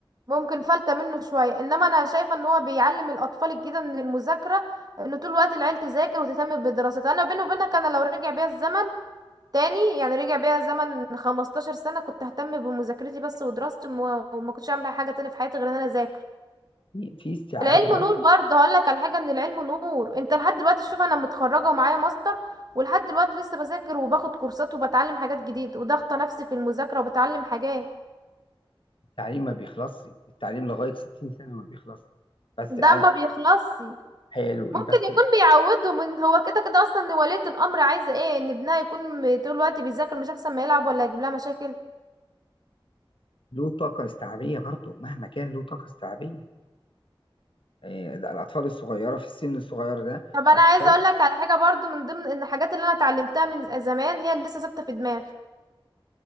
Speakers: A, on the right; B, on the left.
A: ممكن فلتة منه شوية إنما أنا شايفة إن هو بيعلم الأطفال الجديدة من المذاكرة إن طول الوقت العيل تذاكر وتهتم بدراستها أنا بيني وبينك أنا لو رجع بيا الزمن تاني يعني رجع بيا الزمن 15 سنة كنت ههتم بمذاكرتي بس ودراستي وما وما كنتش أعمل حاجة تانية في حياتي غير إن أنا أذاكر
B: في في استيعاب
A: العلم
B: برضه
A: نور برضه هقول لك على حاجه ان العلم نور انت لحد دلوقتي شوف انا متخرجه ومعايا ماستر ولحد دلوقتي لسه بذاكر وباخد كورسات وبتعلم حاجات جديده وضغطه نفسي في المذاكره وبتعلم حاجات
B: التعليم ما بيخلصش التعليم لغاية 60 سنة ما بيخلص بس
A: ده
B: أنا-
A: ما بيخلصش
B: حلو
A: ممكن
B: إيه بس
A: يكون بيعوده من هو كده كده اصلا ان ولية الامر عايزه ايه ان ابنها يكون م- طول الوقت بيذاكر مش احسن ما يلعب ولا يجيب لها مشاكل
B: له طاقة استيعابية برضه مهما كان له طاقة استيعابية إيه ده الأطفال الصغيرة في السن الصغير ده
A: طب انا
B: ما تقدرش
A: عايزه اقول لك على حاجه برضو من ضمن ان الحاجات اللي انا اتعلمتها من زمان هي اللي لسه ثابته في دماغي